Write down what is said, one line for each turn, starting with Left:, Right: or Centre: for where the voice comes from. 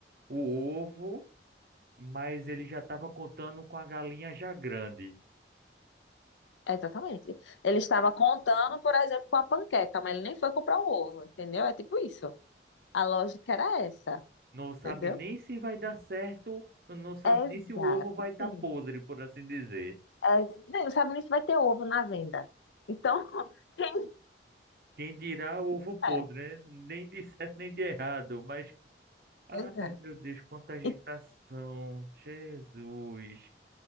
Right: o ovo, mas ele já estava contando com a galinha já grande.
Left: Exatamente. Ele estava contando, por exemplo, com a panqueca, mas ele nem foi comprar o ovo, entendeu? É tipo isso. A lógica era essa,
Right: Não sabe
Left: entendeu?
Right: nem se vai dar certo, não sabe
Left: Exatamente.
Right: nem se o ovo vai estar podre, por assim dizer.
Left: É, nem- não sabe nem se vai ter ovo na venda. Então, <laughs> quem
Right: Quem dirá o ovo podre,
Left: é,
Right: né? Nem de certo nem de errado, mas ai
Left: pois é.
Right: meu Deus, quanta agitação,
Left: E
Right: Jesus.